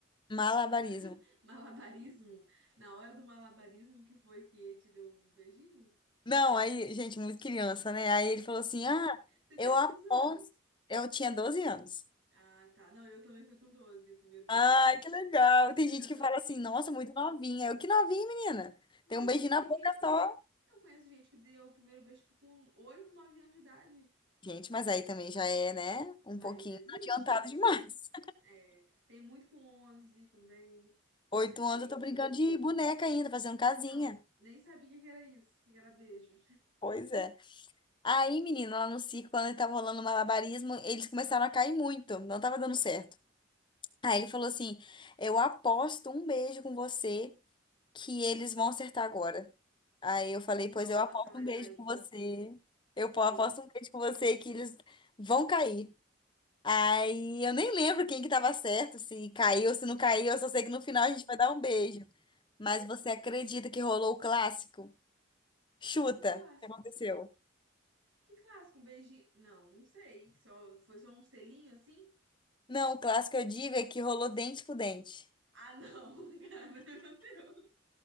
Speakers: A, on the left; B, on the right.
A: Malabarismo.
B: <laughs> malabarismo, na hora do malabarismo que foi que ele te deu um beijinho?
A: Não, aí, gente, muito criança, né? Aí ele falou assim: ah,
B: Você tinha
A: eu
B: quantos
A: aposto.
B: anos?
A: Eu tinha 12 anos.
B: Ah, tá. Não, eu também fui com 12 o primeiro beijo.
A: Ai, que legal. Tem
B: <laughs>
A: gente que fala assim, nossa, muito novinha. Eu, que novinha, menina.
B: Novinha,
A: Tem um beijinho
B: tem
A: na boca
B: gente que.
A: só.
B: Eu conheço gente que deu o primeiro beijo tipo, com 8 9 anos de idade.
A: Gente, mas aí também já é, né? Um
B: Mas
A: pouquinho
B: existe,
A: adiantado
B: existe
A: demais.
B: muito. É, tem muito com 11 também.
A: <laughs> Oito
B: Depende,
A: anos eu tô brincando
B: né?
A: de boneca ainda, fazendo casinha.
B: Então, nem sabia o que que era isso, o que que era beijo.
A: Pois é. Aí, menino, lá no circo, quando tava rolando malabarismo, eles começaram a cair muito, não tava dando certo. Aí ele falou assim: Eu aposto um beijo com você que eles vão acertar agora. Aí eu falei:
B: Nossa,
A: Pois eu aposto
B: mas
A: um beijo
B: aí
A: com você. Eu po-
B: ele.
A: aposto um beijo com você que eles vão cair. Aí eu nem lembro quem que tava certo, se caiu, se não caiu, eu só sei que no final a gente vai dar um beijo. Mas você acredita que rolou o clássico? Chuta,
B: Que clássico.
A: o que aconteceu?
B: Que clássico, um beijinho. Não, não sei. Só, foi só um selinho assim?
A: Não, o clássico eu digo é que rolou dente com dente.
B: Ah, não, <laughs> cara, meu Deus.